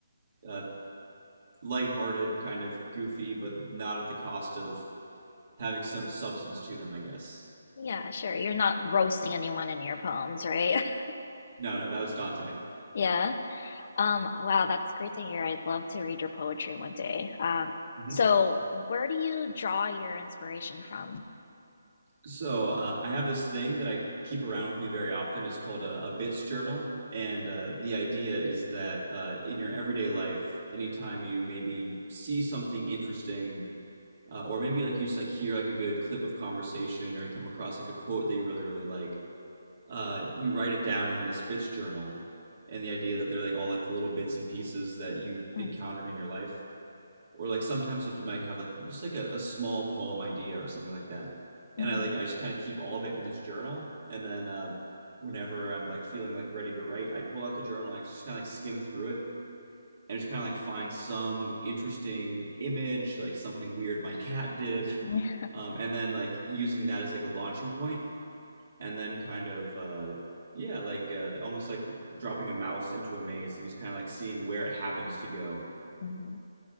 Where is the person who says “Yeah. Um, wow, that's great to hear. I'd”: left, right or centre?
Left